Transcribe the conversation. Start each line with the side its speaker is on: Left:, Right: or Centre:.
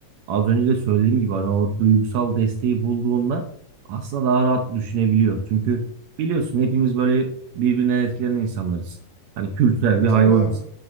Right: az önce de söylediğim gibi hani o duygusal desteği bulduğunda aslında daha rahat düşünebiliyor. Çünkü biliyorsun hepimiz böyle birbirinden etkilenen insanlarız. Hani kültürel
Left: E
Right: bir
Left: tabii
Right: hayvanız.
Left: abi.